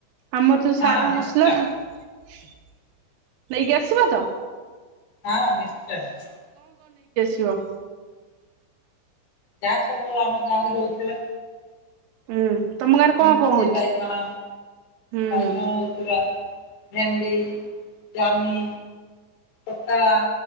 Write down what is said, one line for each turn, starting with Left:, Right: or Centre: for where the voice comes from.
Right: ଆମର ଯୋଉ ସାର
Left: ହଁ ନିଶ୍ଚୟ
Right: ମସଲା। ନେଇକି ଆସିବ ତ।
Left: ହଁ ନିଶ୍ଚୟ।
Right: ବ।
Left: ଯାହା ସବୁ ଆମ ଗାଁ ରେ ହଉଥିବା।
Right: ହୁଁ। ତମ ଗାଁରେ କଣ
Left: ଏମିତି
Right: କଣ
Left: କି
Right: ହଉଛି
Left: ବାଇଗଣ
Right: ହୁଁ
Left: ବାଇଗଣ ହଉଥିବା। ଭେଣ୍ଡି ଜହ୍ନି ପତାଳା।